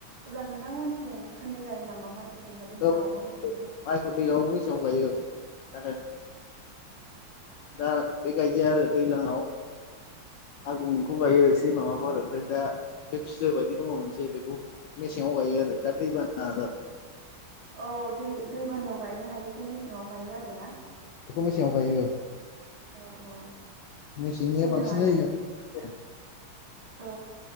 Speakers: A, on the right; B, on the left.
A: अब्ला नोंथांमोनथिं खोनै गायो नामा माइ जेनेबा दैज्लाङावबो
B: औ
A: मेसेंगावबो?
B: माइखौ दैलांआवबो मेसेङाव गायो <inaudible> दा बेबायदि आरो दैज्लाङाव
A: <inaudible>
B: आगुंखौ गायो एसे माबाफोर ओमफ्राय दा बे बिलो बायदि दङ मोनसेै बेखौ मेसेंआव गायो आरो दा दै बाना
A: औ दै दैबानायायाव गायनो हायिखाय मेसेंआव गायो आरोना
B: बेखौ मेसेंयाव गायो
A: औ औ
B: मेसेंनिया
A: मोजाङानो
B: बांसिन जायो आरो ना जाया
A: औ